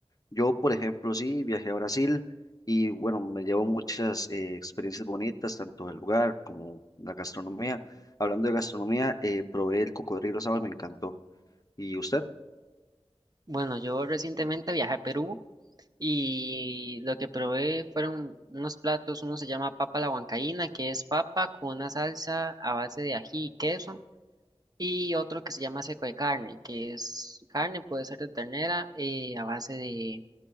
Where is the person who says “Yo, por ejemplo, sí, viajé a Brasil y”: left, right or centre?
Left